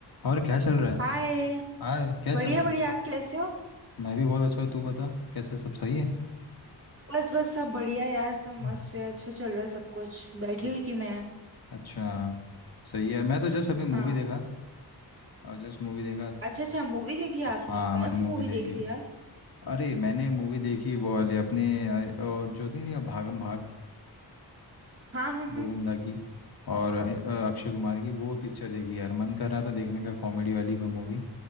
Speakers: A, on the left (about 60°); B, on the right (about 35°).
A: और क्या चल रहा है
B: हाय
A: हाय क्या
B: बढ़िया
A: चल रहा
B: बढ़िया
A: है
B: आप कैसे हो
A: मैं भी बहुत अच्छा हूँ, तू बता कैसे सब सही है
B: बस बस सब बढ़िया यार सब मस्त
A: बस,
B: है अच्छा चल रहा है सब कुछ बैठी
A: स-
B: हुई थी मैं
A: अच्छा सही है यार मैं तो जस्ट अभी
B: हाँ
A: मूवी देखा और जस्ट मूवी देखा
B: अच्छा अच्छा मूवी देखी
A: हाँ
B: आपने कौन
A: मैंने मूवी
B: सी मूवी
A: देखी
B: देख ली यार
A: अरे मैंने मूवी देखी वो वाली अपने अ, अ, जो नहीं थी भागम भाग
B: हाँ हाँ हाँ
A: गोविंदा की और अ, अ, अक्षय कुमार की वो पिक्चर देखी यार मन कर रहा था देखने का कॉमेडी वाली कोई मूवी